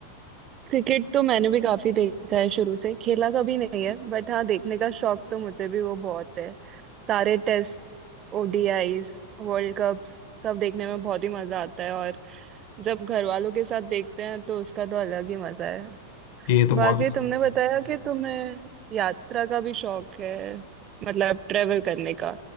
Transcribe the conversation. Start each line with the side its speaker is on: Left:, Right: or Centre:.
Right: क्रिकेट तो मैंने भी काफी देखा है शुरू से खेला कभी नहीं है बट हाँ देखने का शौक तो मुझे भी वो बहुत है सारे टेस्ट ओडीआईस वर्ल्ड कप्स सब देखने में बहुत ही मजा आता है और जब घर वालों के साथ देखते हैं तो उसका तो अलग ही मजा है
Left: ये तो
Right: बाकी
Left: बहुत
Right: तुमने बताया कि तुम्हें यात्रा का भी शौक है मतलब ट्रेवल करने का